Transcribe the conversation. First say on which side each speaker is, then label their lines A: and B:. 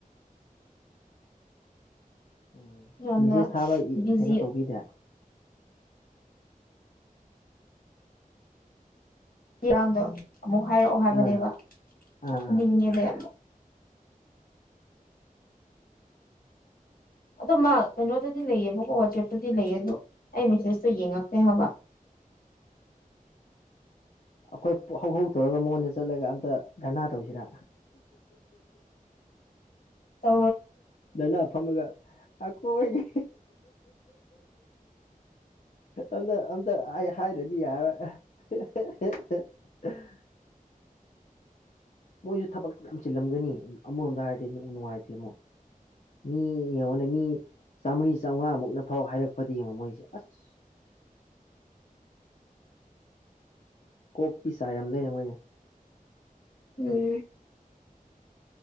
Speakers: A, on the left; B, on the left.
A: ꯎꯝ
B: ꯌꯥꯝꯅ
A: ꯃꯤꯦꯁꯦꯁ ꯊꯥꯕ
B: ꯕꯤꯖꯤ
A: ꯀꯩꯅꯣ ꯇꯧꯕꯤꯗꯦ
B: ꯏꯔꯥꯡꯗꯣ ꯑꯃꯨꯛ ꯍꯥꯏꯔꯛꯑꯣ ꯍꯥꯏꯕꯅꯦꯕ
A: ꯑꯥ ꯑꯥ ꯑꯥ
B: ꯍꯅꯤꯡꯉꯦꯗ ꯑꯗꯣ ꯃꯥ ꯀꯩꯅꯣꯗꯗꯤ ꯂꯩꯌꯦꯕꯀꯣ ꯋꯥꯆꯦꯞꯇꯗꯤ ꯂꯩꯌꯦ ꯑꯗꯣ ꯑꯩ ꯃꯦꯁꯦꯁꯇꯣ ꯌꯦꯡꯉꯛꯇꯦ ꯍꯥꯏꯕ
A: <unintelligible> ꯑꯩꯈꯣꯏ ꯍꯧꯍꯧ ꯇꯧꯔꯒ ꯃꯉꯣꯟꯗ ꯆꯠꯂꯒ ꯑꯝꯇ ꯙꯔꯅꯥ ꯇꯧꯁꯤꯔꯥ
B: ꯇ
A: ꯅꯥ ꯐꯝꯃꯒ ꯑꯀꯣꯏꯒꯤ ꯑꯝꯇ ꯑꯝꯇ ꯑꯩ ꯍꯥꯏꯔꯗꯤ ꯌꯥꯔꯣꯏ <unintelligible> ꯃꯣꯏꯁꯨ ꯊꯕꯛꯇꯤ ꯌꯥꯝ ꯆꯤꯜꯂꯝꯒꯅꯤ ꯑꯃꯔꯣꯝꯗ ꯍꯥꯏꯔꯗꯤꯅꯨꯡ ꯅꯨꯡꯉꯥꯏꯇꯦ ꯑꯃꯨꯛ ꯃꯤ ꯌꯦꯡꯉꯣꯅꯦ ꯃꯤ ꯆꯥꯝꯃꯔꯤ ꯆꯥꯝꯃꯉꯥꯃꯨꯛꯅ ꯐꯥꯎ ꯍꯥꯏꯔꯛꯄꯗ ꯌꯦꯡꯉꯣ ꯃꯣꯏꯁꯦ ꯑꯁ ꯀꯣꯛꯇꯤ ꯆꯥꯏꯔꯝꯗꯣꯏꯅꯦ ꯃꯣꯏꯅꯦ
B: ꯎꯝ